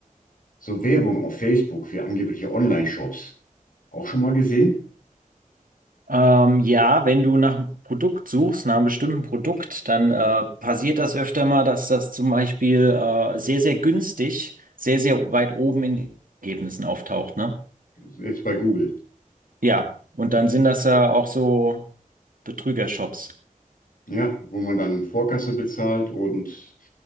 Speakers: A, on the left; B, on the right.
A: so Werbung auf Facebook für angebliche Online-Shops. Auch schon mal gesehen?
B: Ähm, ja, wenn du nach einem Produkt suchst, nach einem bestimmten Produkt, dann äh, passiert das öfter mal, dass das zum Beispiel äh, sehr, sehr günstig, sehr, sehr weit oben in den Ergebnissen auftaucht, ne?
A: Jetzt bei Google.
B: Ja, und dann sind das ja auch so Betrügershops.
A: Ja, wo man dann Vorkasse bezahlt und